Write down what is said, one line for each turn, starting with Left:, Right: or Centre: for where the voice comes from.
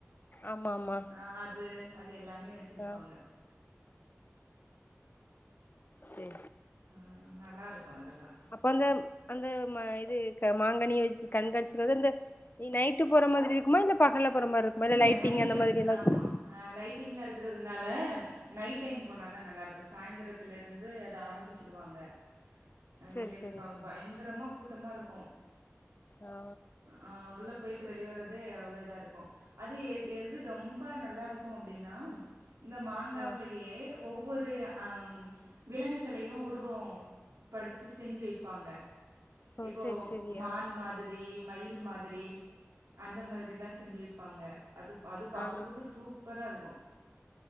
Left: ஆமா ஆமா
Right: அ அது அது எல்லாமே வச்சிருப்பாங்க
Left: ஆ சரி
Right: ஆ, நல்லா இருக்கும் அதெல்லாம்
Left: அப்ப அந்த அந்த ம இது க மாங்கனிய வச்சு கண்காட்சி வந்து இந்த இ நைட்டு போற மாதிரி இருக்குமா இல்ல பகல்ல போற மாரி இருக்குமா
Right: இல்ல
Left: லைட்டிங்
Right: நைட்டுதா
Left: அந்த மாதிரி எல்லா
Right: ஆமா
Left: வச்சு
Right: ஆ லைட்டிங்லா இருக்கறது னால நைட் டைம் போனாதா நல்லா இருக்கு சாயந்திரத்துலருந்து அத ஆரம்பிச்சிடுவாங்க அ
Left: சரி
Right: வெளியருந்து
Left: சரி
Right: பா பயங்கரமா கூட் ட்டமா இருக்கு
Left: ஆ
Right: ஆஹ் உள்ள போயிட்டு வெளிய வர்றதே அவ்வளோ இதா இருக்கு அது எது எது ரொம்பா நல்ல லாருக்கு அப்டின்னா இந்த மாங்காவ்லயே
Left: ஆ
Right: ஒவ் ஒவ்வொரு ஆ விலங்குகளையு உருவொ படுத்தி செஞ்சு வைப்பாங்க
Left: ஓ
Right: இப்போ
Left: சரி சரி
Right: மான்
Left: ஆ
Right: மாதிரி மயில் மாதிரி அந்த மாதிரிலா செஞ்சு வை ப்பாங்க அது அது பாக்கறதுக்கு
Left: ஆ
Right: சூப்பரா இருக்கு